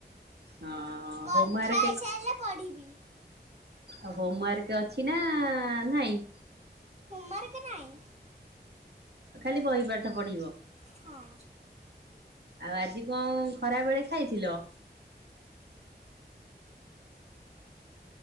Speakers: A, on the right; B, on the right.
A: ହଁ
B: କଥା
A: ହୋମୱାର୍କ
B: ହେଇସାଇଲେ ପଢିବି।
A: ଆଉ ହୋମୱାର୍କ ଅଛି ନା ନାହିଁ?
B: ହୋମ ୱାର୍କ ନାହିଁ।
A: ଖାଲି ବହି ପାଠ ପଢିବ।
B: ହଁ।
A: ଆଉ ଆଜି କଣ ଖରା ବେଳେ ଖାଇଥିଲ?